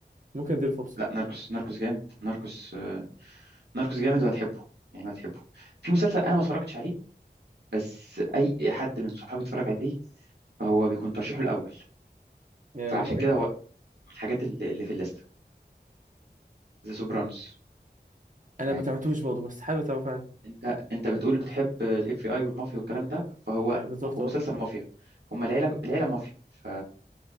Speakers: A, on the right (about 45°); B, on the right (about 70°).
A: ممكن اديله فرصة
B: لا ناركوس ناركوس جامد ناركوس آه، ناركوس جامد وهتحبه يعني هتحبه في مسلسل انا ما اتفرجتش عليه بس اي حد من صحابي اتفرج عليه هو بيكون ترشيحه الاول
A: يعني
B: فعشان
A: اللي هو ايه
B: كده هو من الحاجات اللي اللي في الليسته ذا سوبرانوس
A: انا
B: يعني
A: ما تابعتوش برضه بس حابب اتابعه فعلا
B: انت انت بتقول بتحب الاف بي اي والمافيا والكلام ده فهو
A: بالظبط
B: هو
A: اه
B: مسلسل مافيا هم العيله العيله مافيا ف...